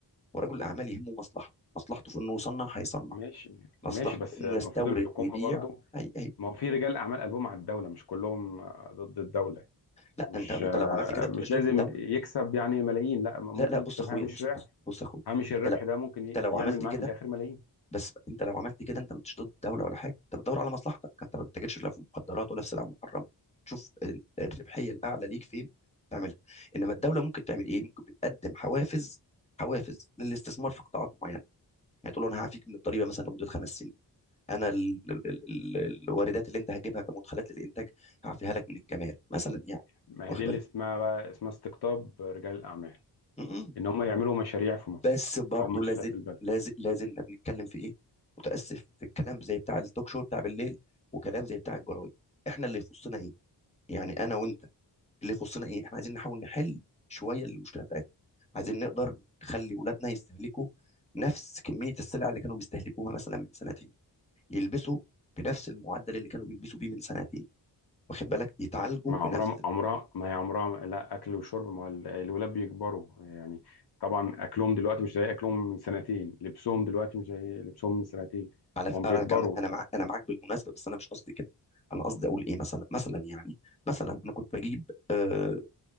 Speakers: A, on the left; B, on the left.
A: ورجل الاعمال يهمه مصلحته مصلحته في انه يصنع هيصنع
B: ماشي
A: مصلحته
B: ماشي بس
A: في انه
B: المفروض
A: يستورد
B: الحكومة
A: ويبيع
B: برضو
A: هي هي
B: ما هو في رجال أعمال قلبهم على الدولة مش كلهم آه، ضد الدولة
A: لا
B: مش
A: انت انت
B: آه،
A: لو عملت كده ما بتبقاش
B: مش لازم
A: ضد الدوله
B: يكسب يعني ملايين لا ممكن
A: لا لا بص
B: يكسب
A: يا اخويا
B: هامش
A: بص
B: ربح
A: بص بص يا اخويا
B: هامش
A: انت
B: الربح
A: لو
B: ده ممكن
A: انت
B: ي-
A: لو
B: يعمل
A: عملت
B: معاه
A: كده
B: في الآخر ملايين
A: بس انت لو عملت كده انت مش ضد الدوله ولا حاجه انت بتدور على مصلحتك انت ما بتتاجرش لا في مخدرات ولا في سلع محرمه تشوف ال- الربحيه الاعلى ليك فين تعملها انما الدوله ممكن تعمل ايه ممكن بتقدم حوافز حوافز للاستثمار في قطاعات معينه يعني تقول له انا هعفيك من الضريبه مثلا لمده خمس سنين انا ال- ال- ال- ال- الواردات اللي انت هتجيبها كمدخلات للانتاج هعفيها لك من الجمارك مثلا يعني
B: ما
A: واخد
B: هي دي
A: بالك
B: اللي اسمها بقى اسمها استقطاب رجال الأعمال
A: م- م.
B: إن هم يعملوا مشاريع في مصر
A: بس برضه
B: أو مشاريع
A: لازل
B: في البلد
A: لازل لازلنا بنتكلم في ايه متاسف في الكلام زي بتاع التوك شو بتاع بالليل وكلام زي بتاع الجرايد احنا اللي يخصنا ايه يعني انا وانت اللي يخصنا ايه احنا عايزين نحاول نحل شويه المشكله بتاعتنا عايزين نقدر نخلي اولادنا يستهلكوا نفس كميه السلع اللي كانوا بيستهلكوها مثلا من سنتين يلبسوا بنفس المعدل اللي كانوا بيلبسوا بيه من سنتين واخد بالك يتعالجوا
B: ما عمرها
A: بنفس
B: عمرها ما هي عمرها ما- لا اكل وشرب ما ال- الولاد بيكبروا يعني طبعا اكلهم دلوقتي مش زي اكلهم من سنتين لبسهم دلوقتي مش زي لبسهم من سنتين
A: على
B: هم
A: ف- انا
B: بيكبروا
A: كان انا مع... انا معاك بالمناسبه بس انا مش قصدي كده انا قصدي اقول ايه مثلا مثلا يعني مثلا انا كنت بجيب آه